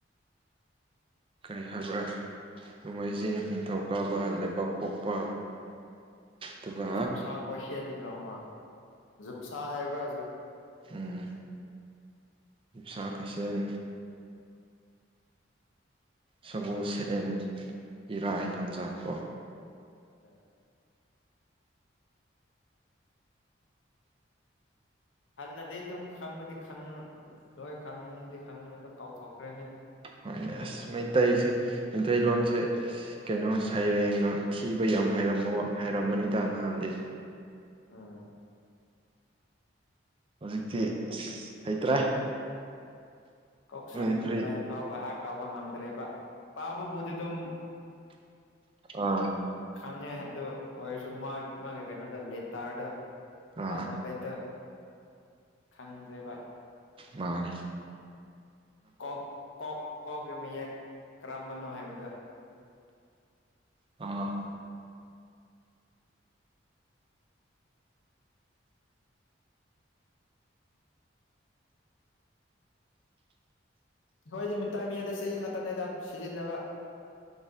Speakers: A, on the right (about 25°); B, on the left (about 80°).
A: ꯀꯔꯤ ꯍꯥꯏꯕ꯭ꯔꯥ ꯅꯣꯡꯃꯩꯖꯤꯡ ꯅꯤꯡꯊꯧꯀꯥꯕ ꯂꯩꯕꯥꯛ ꯄꯣꯛꯄ ꯇꯨꯒ
B: ꯖꯤꯝꯁꯥ ꯀꯣꯏꯁꯦꯟꯗꯨꯗ꯭ꯔꯥ ꯑꯥꯎꯃ ꯖꯤꯝꯁꯥ ꯍꯥꯏꯕ꯭ꯔꯥ
A: ꯎꯝ ꯁꯥ ꯀꯩꯁꯦꯜ ꯁꯒꯣꯜ ꯁꯦꯟ ꯏꯔꯥꯏ ꯊꯥꯡꯖꯥ ꯀꯣ
B: <inaudible> ꯍꯟꯅꯗꯤ ꯑꯗꯨꯝ ꯈꯪꯕꯗꯤ ꯈꯪꯂꯣꯏ ꯈꯪꯕꯗꯤ ꯈꯪꯕꯅꯤ ꯑꯗꯨꯝ ꯀꯥꯎꯊꯣꯛꯈ꯭ꯔꯦꯅꯦ
A: ꯍꯣꯏꯅꯦ ꯑꯁ ꯃꯩꯇꯩꯁꯦ ꯃꯩꯇꯩꯂꯣꯟꯁꯦ ꯀꯩꯅꯣ ꯁꯩꯔꯦꯡꯒ ꯊꯤꯕ ꯌꯥꯝ ꯍꯩꯔꯝꯕ ꯍꯩꯔꯝꯕꯅꯤꯗ ꯅꯍꯥꯟꯗꯤ
B: ꯑ
A: ꯍꯧꯖꯤꯛꯇꯤ ꯍꯩꯇ꯭ꯔꯦ
B: ꯀꯣꯛꯁꯝ
A: ꯃꯅꯤꯄꯨꯔꯤ
B: ꯂꯥꯏꯐꯥꯎ ꯕꯍꯠ ꯇꯥꯎꯕ ꯉꯝꯗ꯭ꯔꯦꯕ ꯄꯥꯕꯕꯨꯗꯤ ꯑꯗꯨꯝ
A: ꯑꯥ
B: ꯈꯪꯉꯦ ꯑꯗꯨ ꯑꯣꯏꯔꯁꯨ ꯃꯥꯒꯤ ꯃꯥꯒꯤ ꯀꯩꯅꯣꯗ ꯂꯦꯇꯥꯔꯗ
A: ꯑꯥ
B: ꯑꯜꯐꯥꯕꯦꯠꯇꯣ ꯈꯪꯗ꯭ꯔꯦꯕ
A: ꯃꯥꯅꯦ
B: ꯀꯣꯛ ꯀꯣꯛ ꯀꯣꯛꯒꯤ ꯃꯌꯦꯛ ꯀꯔꯝꯕꯅꯣ ꯍꯥꯏꯕꯗꯣ
A: ꯑ
B: ꯍꯣꯏꯗꯤ ꯃꯤꯠꯇꯩ ꯃꯤꯌꯦꯗ ꯆꯍꯤ ꯈꯛꯇꯅꯦꯗ ꯁꯤꯖꯤꯟꯅꯕ